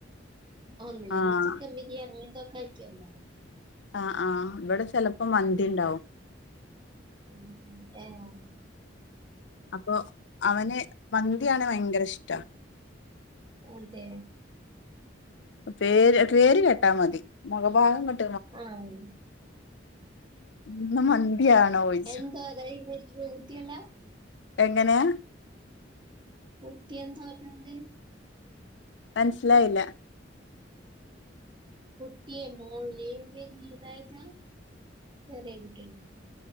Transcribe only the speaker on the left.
ആഹ്
ആ ആഹ് ഇവിടെ ചിലപ്പോ മന്തി ഇണ്ടാവും
അപ്പൊ അവന് മന്തിയാണ് ഭയങ്കര ഇഷ്ട്ട
പേര് പേര് കെട്ടാ മതി മുഖഭാഗം ക
ഇന്ന് മന്തിയാണോ ചോയിച്ചും
എങ്ങനെയാ
മനസിലായില്ല